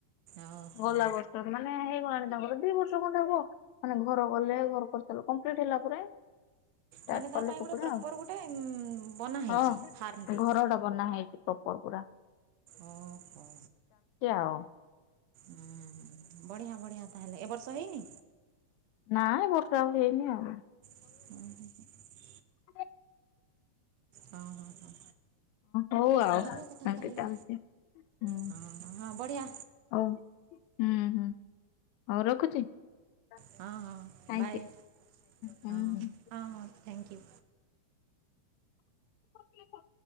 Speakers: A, on the right; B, on the left.
A: ଓହୋ
B: ଗଲା ବର୍ଷ ମାନେ ହେଇଗଲାଣି ତାଙ୍କର ଦି ବର୍ଷ ଖଣ୍ଡେ ହବ ମାନେ ଘର ଗଲେ ଘର କରିସାରଲୁ କମ୍ପ୍ଲିଟ୍ ହେଲା ପରେ ହ
A: ମାନେ ତା
B: କଲେ
A: ପାଇଁ ଗୋଟେ
B: କୁକୁଡା
A: ପ୍ରପର୍ ଗୋଟେ ବନା ହେଇଛି
B: ଆଉ
A: ଫାର୍ମଟେ
B: ହଁ ଘର ଟା ବନା ହେଇଛି ଉପର୍ପୁରା
A: ଓହୋ ହ ହ
B: ଆଉ।
A: ହ ବଢିଆ ବଢ଼ିଆ ତାହେଲେ ଏବ ବର୍ଷ ହେଇନି?
B: ନାଇଁ ବର୍ଷା ଆଉ ହେଇନି ଆଉ।
A: ହଁ ହ ହ
B: ।
A: ହଁ ହଁ ହଁ।
B: ହଉ ଆଉ
A: ଭଲ
B: ଏମିତି
A: କଥା ତାହେଲେ
B: ଚାଲିଛି ହୁଁ
A: ହଁ ହଁ ବଢିଆ
B: ହଉ ହୁଁ ହୁଁ। ହଉ ରଖୁଛିଥା
A: ହଁ ହଁ ବାଏ
B: ହୁଁ
A: ହଁ
B: ହୁଁ।
A: ହଁ ହଁ ଥ୍ୟାଙ୍କୟୁ।
B: ।